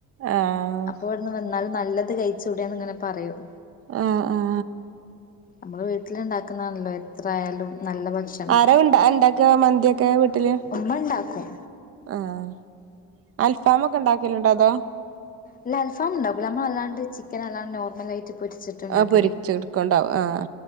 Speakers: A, on the right; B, on the left.
A: ആഹ്
B: അപ്പൊ ഇവട്ന്ന് വന്നാല് നല്ലത് കഴിച്ചൂടേന്ന്ങ്ങനെ പറയും
A: ഏഹ് ആഹ്
B: അമ്മള് വീട്ടില്ണ്ടാന്നാണല്ലോ എത്രയാലും നല്ല ഭക്ഷ
A: ആരാ ഇണ്ട ഇണ്ടാക്ക മന്തിയൊക്കെ വീട്ട്ല്
B: ഉമ്മ ഉണ്ടാക്കും
A: ആഹ് അൽഫാമൊക്കെ ഇണ്ടാക്കല്ണ്ടോ അതോ
B: ഇല്ല അൽഫാമ്ണ്ടാക്കൂല നമ്മള് അല്ലാണ്ട് ചിക്കനല്ലാണ്ട് നോർമലായിറ്റ് പൊരി ച്ചിട്ട്ണ്ടാക്കല്
A: ആഹ് പൊരിച്ചെടുക്കണ്ടാവും ആഹ്